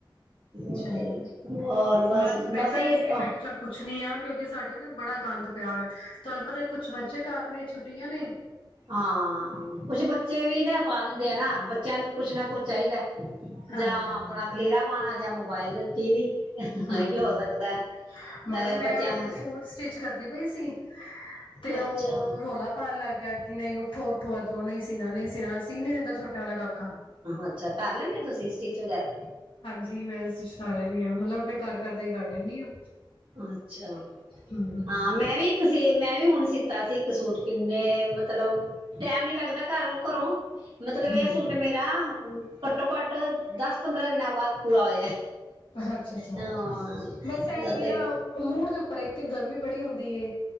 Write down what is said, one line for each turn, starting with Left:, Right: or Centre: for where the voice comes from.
Right: ਉਹ
Left: ਚਲੋ
Right: ਤੇ ਹੋਰ
Left: ਬਸ ਮੈਨੂੰ
Right: ਇਹੀ
Left: ਐ ਸੀ ਕਿ
Right: ਹਾਂ
Left: ਮੈਂ ਕਿਹਾ ਚੱਲ ਪੁੱਛਣੀ ਆ ਕਿਉਂਕਿ ਸਾਡੇ ਬੜਾ ਗੰਦ ਪਿਆ ਹੈ। ਤੁਹਾਨੂੰ ਪਤਾ? ਕੁਛ ਮਜ਼ੇ ਕਾਰ ਨੇ ਛੁੱਟੀਆਂ ਨੇ?
Right: ਹਾਂ ਕੁਛ ਬੱਚੇ ਵੀ ਨਾ ਪਾ ਦਿੰਦੇ ਆ ਨਾ। ਬੱਚਿਆਂ ਨੂੰ ਵੀ ਕੁਛ ਨਾ ਕੁਛ ਚਾਹੀਦਾ।
Left: ਹਾਂਜੀ
Right: ਜਾਂ ਆਪਣਾ ਖਲੇਰਾ ਜਾਂ ਮੋਬਾਇਲ ਉੱਤੇ ਵੀ। ਇਹੀ
Left: ਹਮ
Right: ਹੋ ਸਕਦਾ ਅ
Left: ਬਸ ਮੈਂ
Right: ਬੱਚਿਆਂ
Left: ਉਹਨੇ
Right: ਨੂੰ
Left: ਸੂਟ ਸਟਿਚ ਕਰਦੀ ਪਈ ਸੀ ਤੇ ਉਹ
Right: ਅੱਛਾ
Left: ਰੌਲਾ ਪਾਉਣ ਲੱਗ ਗਿਆ। ਕਿ ਨਹੀਂ ਉੱਠੋ ਉੱਠੋ ਇੱਧਰੋਂ ਨਹੀਂ ਸੀਣਾ ਨਹੀਂ ਸੀਣਾ ਸੀ ਨਹੀਂ ਦਿੰਦਾ ਛੋਟੇ ਵਾਲਾ ਕਾਕਾ।
Right: ਅੱਛਾ ਕਰ ਲੈਂਨਦੇ ਹੋ ਤੁਸੀਂ ਸਟਿਚ ਵਗੈਰਾ?
Left: ਜੀ ਮੈਂਛਖਾ ਲੈਂਦੀ ਹਾਂ ਮਤਲਬ। ਮੈਂ ਘਰ ਕਰਦੇ ਹੀ ਕਰ ਲੈਂਦੀ ਹਾਂ
Right: ਅੱਛਾ
Left: ਹਮ
Right: ਹਾਂ ਮੈਂ ਵੀ ਇੱਕ ਸੇ ਮੈਂ ਵੀ ਹੁਣ ਸਿੱਤਾ ਸੀ ਇੱਕ ਸੂਟ ਕਿੰਨੇ ਮਤਲਬ ਟੈਮ ਨੀ ਲੱਗਦਾ ਘਰ ਕਰੋ ਮਤਲਬ
Left: ਹਮ
Right: ਇਹ ਸੂਟ ਮੇਰਾ ਘੱਟੋ, ਘੱਟ ਦਸ ਪੰਦਰਾਂ ਦਿਨਾਂ ਬਾਅਦ ਪੂਰਾ ਹੋਇਆ।
Left: ਅੱਛ, ਅੱਛਾ
Right: ਹਾਂ
Left: ਬਸ ਆ ਹੀ ਹੈ
Right: ਤੇ
Left: ਨਾ ਮੂੜ ਦੇ ਪਰ ਇੱਕਥ ਗਰਮੀ ਬੜੀ ਹੁੰਦੀ ਏ